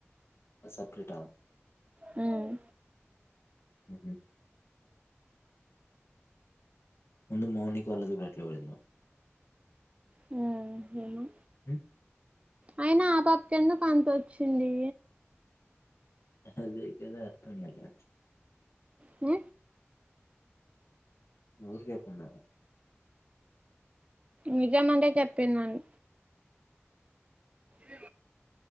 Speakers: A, on the left; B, on the right.
A: సెపరేట
B: హ్మ్
A: ఉహామ్ ముందు మౌనికా వాళ్ళది కూడా అట్లా పడింది
B: హ్మ్ ఏమో
A: హమ్
B: అయినా ఆపాప కి ఎందుకు అంత వచ్చింది
A: అదే కదా అర్ధం కావట్లే
B: హ
A: ఊరుకేకన్నా
B: నిజమంటే చెప్పిందను ఇ